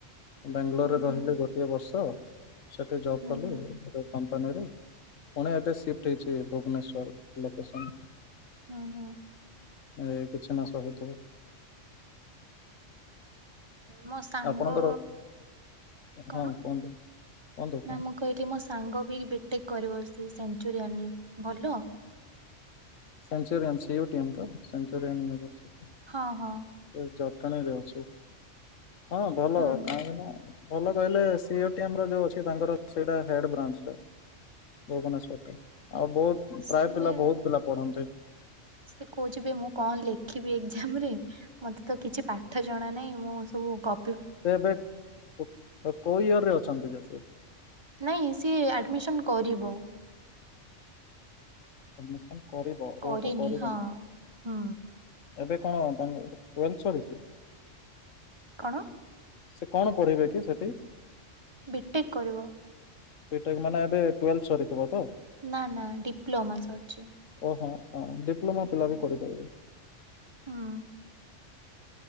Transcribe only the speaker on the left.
ବାଙ୍ଗାଲୋରରେ
ରହିଲି
ଗୋଟିଏ ବର୍ଷ, ସେଠି ଜବ୍
କଲି।
କମ୍ପାନୀରେ ପୁଣି ଏବେ ସିଫ୍ଟ୍ ହେଇଛି ଭୁବନେଶ୍ଵର ଲୋକେସନ।
ଏ କିଛି ମାସ ହେଉଥିବ
ଆପଣଙ୍କର ହଁ
କୁହନ୍ତୁ କୁହନ୍ତୁ କୁହନ୍ତୁ
Centurion C U T M ତ ସେଞ୍ଚୁରିୟନ୍ ୟୁନିଭରସିଟି।
ସେ ଜଟଣୀ ରେ ଅଛି, ହଁ ଭଲ
କାହିଁକି ନା ଭଲ କହିଲେ ସି ୟୁ ଟି ଏମ୍ ର ଯୋଉ ଅଛି ତାଙ୍କର ସେଇଟା ହେଡ୍ ବ୍ରାଞ୍ଚ ଟା। ଭୁବନେଶ୍ଵର ଟା ଆଉ ବହୁତ ପ୍ରାୟ
ପିଲା ବହୁତ ପିଲା ପଢନ୍ତି।
ସେ ଏବେ କୋ କୋଉ ଇୟର୍ ରେ ଅଛନ୍ତି ଯେ ସେ?
ଆଡ୍ମିସନ କରିବ
ଓହୋ କରିବ
ନା।
ଏବେ କଣ ତାଙ୍କ ଟୁଏଲ୍ ସରିଛି?
ସେ କଣ ପଢିବେ କି ସେଠି?
ବିଟେକ୍ ମାନେ ଏବେ ଟୁଏଲ୍ବ ସରିଥିବ ତ?
ଓହୋ ହଁ ଡିପ୍ଲୋମା ପିଲା
ବି କରିପାରିବେ।